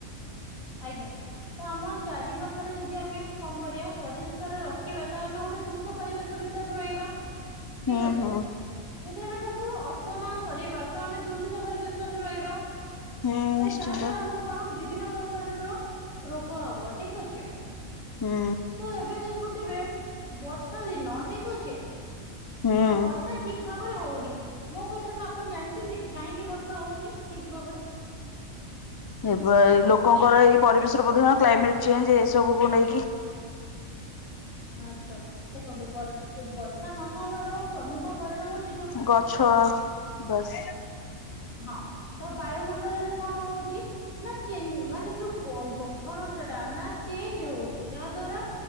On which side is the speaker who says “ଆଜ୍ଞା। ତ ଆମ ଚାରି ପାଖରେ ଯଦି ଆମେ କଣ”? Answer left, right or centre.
Left